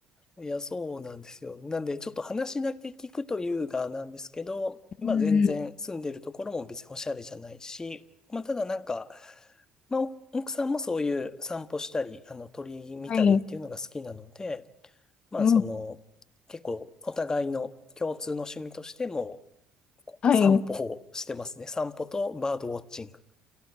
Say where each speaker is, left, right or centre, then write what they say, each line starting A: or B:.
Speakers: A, on the left; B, on the left.
A: いや、そうなんですよ。なんで、ちょっと話だけ聞くというがなんですけど、まあ全然住んでるところも別におしゃれじゃないし、
B: うん。
A: まあただなんか、まあお奥さんもそういう散歩したり、あの鳥見たりっていうのが好きなので、
B: はい。
A: まあその、
B: うん。
A: 結構お互いの共通の趣味としても
B: はい。
A: 散歩をしてますね。散歩とバードウォッチング。